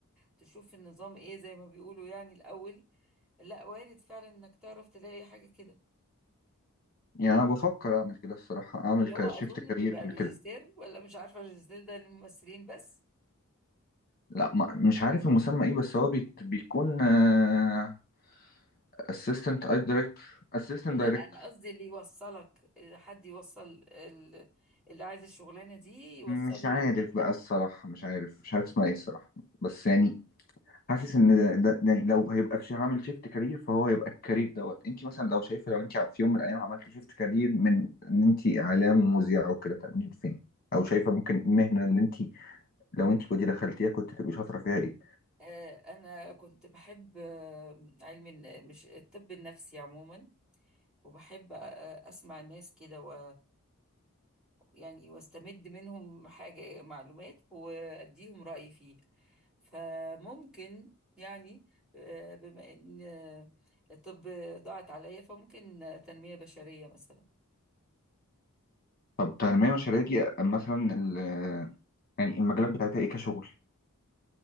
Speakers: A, in the centre; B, on the left.
A: تشوف النظام ايه زي ما بيقولوا يعني الاول لا وارد فعلا انك تعرف تلاقي حاجة كده
B: يعني أنا بفكر أعمل كده الصراحة أعمل
A: اللي
B: كشيفت
A: هو اظن
B: كارير
A: بيبقى الريجستير
B: كده
A: ولا مش عارفة الريجستير ده للممثلين بس
B: لا ما مش عارف المسمى إيه بس هو بيت بيكون آه، assistant director assistant
A: لا
B: director
A: انا قصدي اللي يوصلك حد يوصل ال- اللي عايز الشغلانة دي يوصله
B: مش عارف
A: لل
B: بقى الصراحة مش عارف مش عارف اسمها إيه الصراحة بس يعني حاسس إن ده, ده يعني لو هيبقى في شي- هعمل شيفت كارير فهو هيبقى الكارير دوت أنت مثلا لو شايفة لو أنت في يوم من الأيام عملتي شيفت كارير من إن أنت إعلام ومذيعة وكده تعملي فين؟ أو شايفة ممكن المهنة اللي أنت لو أنت كنت دخلتيها كنت تبقي شاطرة فيها إيه؟
A: آه، انا كنت بحب آه، علم الن- مش الطب النفسي عموما وبحب آه، اسمع الناس كده و يعني واستمد منهم حاجة معلومات واديهم رأيي فيه فممكن يعني آه، بما ان آه، الطب ضاعت عليا فممكن آه، تنمية بشرية مثلا
B: طب تنمية مشاريع دي مثلا ال- يعني المجالات بتاعتها ايه كشغل